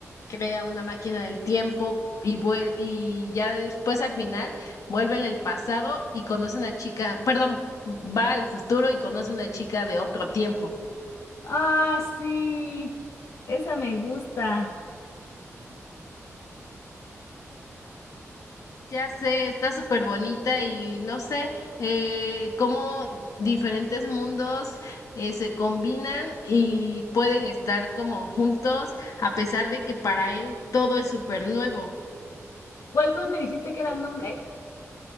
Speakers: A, on the left (about 85°); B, on the left (about 70°).
A: crea una máquina del tiempo y vuel- y ya después al final vuelve en el pasado y conoce a una chica, perdón, va al futuro y conoce a una chica de otro tiempo.
B: Ah, sí, esa me gusta.
A: Ya sé, está súper bonita y no sé eh, cómo diferentes mundos eh, se combinan y pueden estar como juntos a pesar de que para él todo es súper nuevo.
B: ¿Cuál, cuál me dijiste que era el nombre?